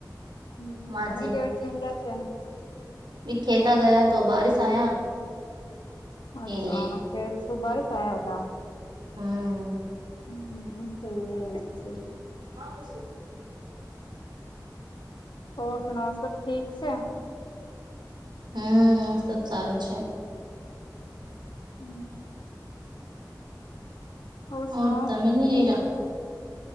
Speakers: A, on the left; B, on the right.
A: હમ્મ
B: માર
A: ઘણી લેવર જીમ ગયા છે.
B: ભી ખેતા ગયા તો બારિશ આયા.
A: અચ્છા
B: એટલે
A: કે સુ બારીસ આયા હતા.
B: હમ
A: <unintelligible>
B: કા બસે.
A: ઓર સુના સબ ઠીક છે.
B: હમ સબ સારું છે.
A: હમ્મ. ઓર
B: હ
A: સુનાઓ?
B: તમે નઈરા.